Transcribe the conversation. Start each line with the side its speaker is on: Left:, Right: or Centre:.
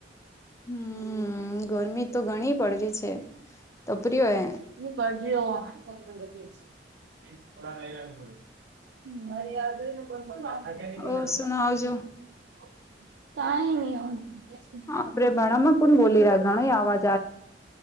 Left: હમ ગરમી તો ઘણી પડ રહી છે તપરી હોય
Right: પરજી <inaudible> વા <inaudible>
Left: ઓ સુણાવજો
Right: તઈ નહી
Left: આપડે ભાણામાં કોણ બોલી રહ્યા ઘણો આવાજ